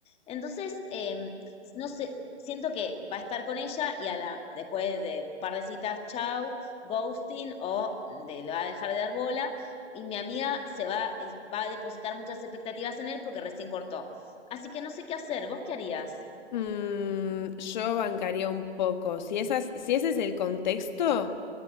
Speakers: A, on the left (about 15°); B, on the left (about 40°).
A: Entonces, eh, no sé, siento que va a estar con ella y a la, después de un par de citas, chau, ghosting o de, le va a dejar de dar bola. Y mi amiga se va, va a depositar muchas expectativas en él porque recién cortó. Así que no sé qué hacer, ¿vos qué harías?
B: Mm, yo bancaría un poco. Si, esas, si ese es el contexto,